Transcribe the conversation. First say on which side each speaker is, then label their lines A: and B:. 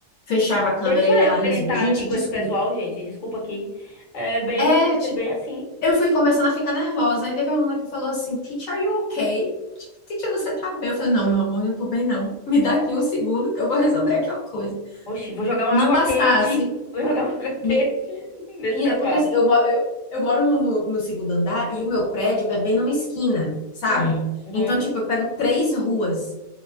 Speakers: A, on the left; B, on the left.
A: Fechava a câmera
B: Deixa
A: e ela
B: eu
A: resolveu,
B: gritar
A: gente,
B: aqui com
A: desculpa.
B: esse pessoal, gente. Desculpa aqui. É bem,
A: Pet,
B: é bem assim.
A: Eu fui começando a ficar nervosa. Aí teve uma aluna que falou assim, teacher, are you okay? Tipo, Teacher, você tá bem? Eu falei, não, meu amor, eu não tô bem, não. Me dá aqui um segundo que eu vou resolver aqui uma coisa.
B: Oxi, vou jogar uma
A: Não
B: água
A: bastasse,
B: quente. Vou jogar uma <laughs> água quente
A: me-
B: nesse
A: Menina,
B: pessoal.
A: porque assim, eu, mo- eu, eu moro no, no, no segundo andar e o meu prédio é bem numa esquina, sabe?
B: Hum, uhum,
A: Então, tipo, eu pego três ruas,